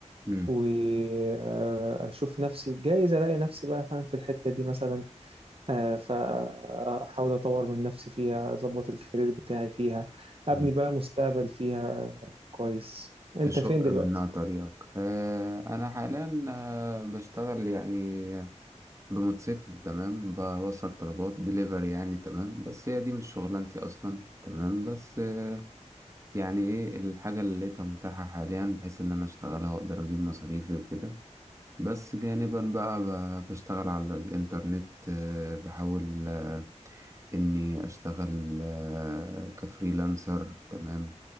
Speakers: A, on the right; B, on the right.
A: مم.
B: وأشوف نفسي جايز ألاقي نفسي بقى فاهم في الحتة دي مثلا آه، فأحاول أطور من نفسي فيها أظبط الكارير بتاعي فيها أبني
A: مم.
B: بقى مستقبل فيها كويس أنت
A: تشق
B: فين دلوقتي؟
A: منها طريقك آه، أنا حاليا آه، بشتغل يعني بموتوسيكل تمام بوصل طلبات دليفري يعني تمام بس هي دي مش شغلانتي أصلا تمام بس آه، يعني إيه الحاجة اللي لقيتها متاحة حاليا بحيث إن أنا أشتغلها وأقدر أجيب مصاريفي وكده بس جانبا بقى ب- بشتغل على الإنترنت آه، بحاول آه، إني أشتغل آه، كفريلانسر تمام